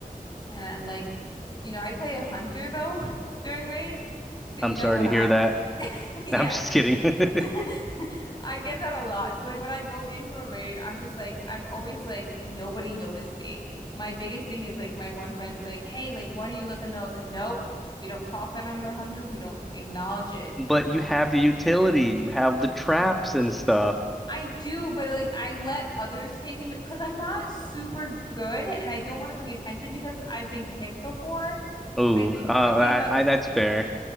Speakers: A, on the left; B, in the centre.
A: And I'm like, you know, I play a hunter though <laughs> during raids. So, you
B: I'm
A: know,
B: sorry
A: when
B: to
A: I'm,
B: hear that.
A: <laughs>
B: <laughs>
A: yeah,
B: I'm just kidding. <laughs>
A: <laughs> I get that a lot. So, like, when I go into a raid, I'm just like, I'm always like, nobody noticed me. My biggest thing is like, my one friend's like, hey, like, why don't you let them know? I was like, nope, we don't talk that I'm a hunter. We don't acknowledge it.
B: But
A: And
B: you
A: it's,
B: have the utility, you have the traps and stuff.
A: I do, but like, I let others take control because I'm not super good and I don't want to bring attention because I've been kicked before.
B: Oh,
A: And I think
B: uh,
A: the
B: I,
A: worst thing about
B: I that's fair.